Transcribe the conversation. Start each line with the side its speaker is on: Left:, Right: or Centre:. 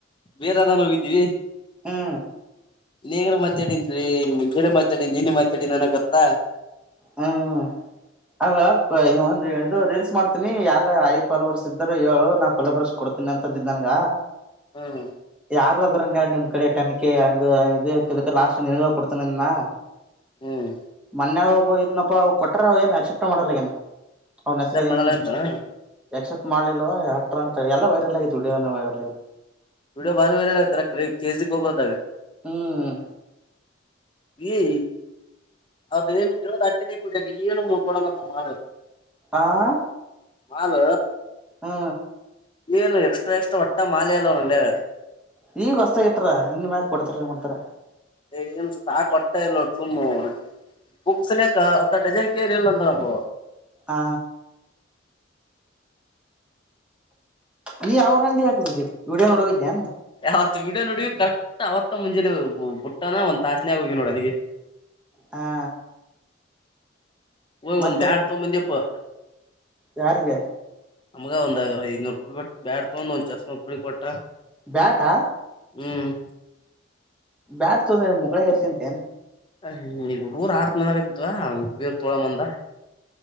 Left: ಬೇರೆಾರನ್ ಹೋಗಿದ್ದೀವಿ
Centre: ಹಾ
Left: ನೀಗರು ಮಾತಾಡನ್ೀ ಮಾತಾಡಿ ನೀನ್ ಮಾತಾಡಿ ನನಗತ್ತ <unintelligible>
Centre: ಹ್ಮ್ ಆಗ ಒಂದು ಇದು ರೀಲ್ಸ್ ಮಾಡ್ತೀನಿ ಯಾರ ಆಯ ಪಲವರ್ಸ್ ಇದ್ದಾರು ನಾ ಕೊಲ ಬರ್ಸ ಕೊಡ್ತೀನಿ ಅಂತ ತಿದ್ದ ನನಗ
Left: ಹ್ಮ
Centre: ಯಾರಾದ್ರ ನೀ ನಿಮ್ ಕಡೆ ತನಿಖೆ ಹಂಗ ಇ ಲಾಸ್ಟ್ ನಿನಗ ಕೊಡ್ತನನ್ನ
Left: ಹ್ಮ್
Centre: ಮೊನ್ನೆ ಒಬ್ಬ ಇದ್ನಾ ಪಾ ಅವ ಕೊಟ್ರ ಅವ ಏನ್ ಆಕ್ಸೆಪ್ಟ್ ಮಾಡಲ್ಲ ಏನ ಅವ್ನ್
Left: ಅಕ್ಸೆಪ್ಟ್
Centre: ಹೆಸರು ಏನು
Left: ಮಾಡಲ್ಲ
Centre: ನೀ
Left: ಅಂತಾನ
Centre: ಎಕ್ಸೆಪ್ಟ್ ಮಾಡ್ಲಲ್ವ ಯಾಕ್ ಅಂತ ಎಲ್ಲ ವೈರಲ್ ಆಗಿತೆ ವಿಡಿಯೋ ವೈರಲ್ ಆಗೀತೆ
Left: ವಿಡಿಯೋ ಬಾರಿ ವೈರಲ್ ಆಗೇತಿ ಕೆಜಿ ಹ ಒಬರದಾಗ
Centre: ಹ್ಮ್
Left: ಈ ಅದೇನ್ ಕೇಳೋದ ಅಜನ ಕುಡಿಯ ಏನು ಕೊಡಂಗಪ್ಪ ಮಾ
Centre: ಆ
Left: ಹಲ್
Centre: ಹಾ
Left: ಏನು ಎಕ್ಸ್ಟ್ರಾ ಎಕ್ಸ್ಟ್ರಾ ಒಟ್ಟ ಮಾಲೆ ಅಲ್ಲವ ನಂಗಗೆ
Centre: ನಿಂಗ ಹೊಸತಾಗಿ ಇಟರ ಇನ್ ಮ್ಯಕ್ ಕೊಡ್ತಾರ ಏನ್ ಮಾಡ್ತಾರ
Left: ಏ ಎಲೇನು ಸ್ಟಾಕ್ ಕೊಟ್ಟ ಇಲ್ಲೋ ತುಮ್ಮ ಬುಕ್ಸ್ನಯಕ ಅತ್ತ ಡಜನ್ ಕೇರ್ ಇಲ್ಲ ಅಂತನಬ
Centre: ಹ ನೀ ಅವ್್ರ ಅಂಡಿ ಹಾಕಿದ್ದಿ ವಿಡೋ ನೋಡ ಹೋಗಿದ್ದ್ಯಾಾನು
Left: ಯಾವತ್ ವಿಡಿಯೋ ನೋಡವಿ ಕಕ್ಟ್ ಅವತ್ತ ಮುಂಜೆ ಬುಟ್ಟನ ಒಂದ್ಾಸ್ನ ಆ ಹೋಗ್ವಿ ನೋಡ ಅದಿಗೆ <unintelligible>
Centre: ಹಾ
Left: ಹೋಗೀ
Centre: ಮತ್ತೆ
Left: ಒಂದ್ ಬ್ಯಾಡ್ ತಗೊ ಬಂದಿಪ್ಪ
Centre: ಯಾರಿಗೆ
Left: ನಮಗ ಒಂದ್ ಐನೂ ರೂಪಾಯಿ ಬ್ಯಾಡ್ ತ ಒಂದ ಒಂದ್ ಚಸ್ ಒಬರಿಗೆ ಕೊಟ್ಟ
Centre: ಬ್ಯಾಟಾ
Left: ಹ್ಮ್
Centre: ಬ್ಯಾಟ್ ತೊಂದ ಮುಕ್ಳಗರ್ಸಿಂತ ಏ
Left: ಹ ಇಲ್ಲಿಡು ಊರು ಆರ್ತ ಮಂದಾಗ್ವ ಬೇರ್ ತೊಳ ಮಂದ